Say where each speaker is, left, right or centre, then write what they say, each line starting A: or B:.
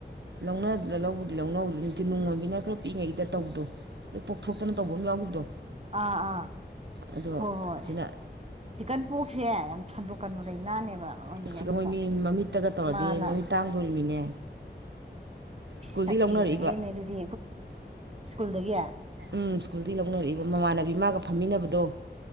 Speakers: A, on the right; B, on the right.
A: ꯂꯧꯅꯅ ꯂꯧꯕꯗꯤ ꯂꯧꯅꯍꯧꯗꯦ ꯅꯨꯡꯉꯣꯟꯕꯤꯅ ꯈꯔ ꯄꯤꯛꯏꯉꯩꯒꯤꯗ ꯇꯧꯕꯗꯣ ꯄꯣꯛꯊꯣꯛꯇꯅ ꯇꯧꯕ ꯑꯃ ꯌꯥꯎꯈꯤꯕꯗꯣ
B: ꯑꯥ ꯑꯥ
A: ꯑꯗꯣ
B: ꯍꯣꯏ ꯍꯣꯏ
A: ꯑꯁꯤꯅ
B: ꯆꯤꯛꯀꯟ ꯄꯣꯛꯁꯁꯦ ꯌꯥꯝ ꯁꯟꯗꯣꯛꯀꯟꯕ ꯂꯩꯅꯥꯅꯦꯕ ꯑꯗꯨꯒꯤ
A: ꯁꯤꯒ
B: ꯑꯃꯗ
A: ꯃꯣꯏ ꯃꯤ ꯃꯃꯤꯠꯇꯒ ꯇꯧꯔꯗꯤ
B: ꯃꯥꯅ
A: ꯃꯃꯤꯠ ꯇꯥꯡꯗꯣꯔꯤꯃꯤꯅꯦ ꯁ꯭ꯀꯨꯜꯗꯤ
B: ꯁꯥꯊꯤꯕꯅꯤꯍꯦ
A: ꯂꯧꯅꯔꯛꯏꯕ
B: ꯅꯦ ꯑꯗꯨꯗꯤ ꯁꯀꯨꯜꯗꯒꯤ
A: ꯎꯝ ꯁ꯭ꯀꯨꯜꯗꯒꯤ ꯂꯧꯅꯔꯛꯏꯕ ꯃꯃꯥꯟꯅꯕꯤ ꯃꯥꯒ ꯐꯝꯃꯤꯟꯅꯕꯗꯣ